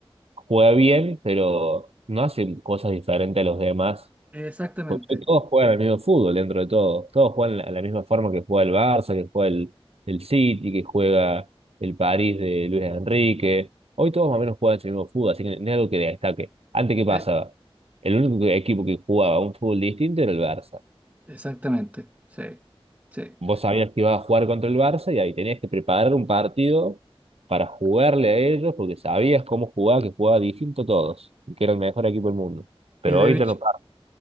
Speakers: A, on the right; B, on the right.
A: juega bien, pero no hace cosas diferentes a los demás.
B: Exactamente.
A: Porque todos juegan el mismo fútbol dentro de todo. Todos juegan a la misma forma que juega el Barça, que juega el, el City, que juega el París de Luis Enrique. Hoy todos más o menos juegan el mismo fútbol, así que no es algo que destaque. Antes, ¿qué pasaba?
B: Eh,
A: El único que- equipo que jugaba un fútbol distinto era el Barça.
B: exactamente. Sí. Sí.
A: Vos sabías que ibas a jugar contra el Barça y ahí tenías que preparar un partido para jugarle a ellos porque sabías cómo jugaba, que jugaba distinto a todos, y que era el mejor equipo del mundo. Pero
B: Y de
A: ahorita
B: hecho,
A: no pasa.